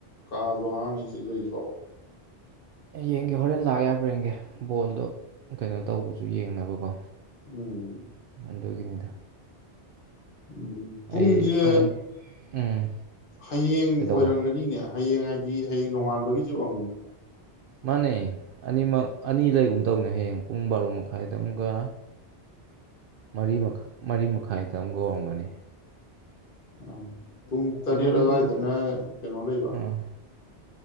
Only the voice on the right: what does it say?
ꯌꯦꯡꯒꯦ ꯍꯣꯔꯦꯟ ꯂꯥꯛ ꯌꯥꯕ꯭ꯔꯡꯒꯦ ꯕꯣꯜꯗꯣ ꯀꯩꯅꯣ ꯇꯧꯕꯁꯨ ꯌꯦꯡꯅꯕꯀꯣ
ꯑꯗꯨꯒꯤꯅꯤꯗ
ꯑꯩ ꯍꯣꯔꯦꯟ ꯎꯝ
ꯀꯩꯗꯧꯕ
ꯃꯥꯅꯦ ꯑꯅꯤꯃꯛ ꯑꯅꯤ ꯂꯩꯒꯨꯝ ꯇꯧꯅꯦ ꯍꯌꯦꯡ ꯄꯨꯡ ꯕꯥꯔꯣ ꯃꯈꯥꯏꯗ ꯑꯃꯒ ꯃꯔꯤ ꯃꯈꯥ ꯃꯔꯤ ꯃꯈꯥꯏꯗ ꯑꯃꯨꯛꯒ ꯑꯣꯏꯔꯝꯒꯅꯤ
ꯀꯩꯅꯣꯒꯤꯗꯨꯕꯨꯗꯤ
ꯑꯥ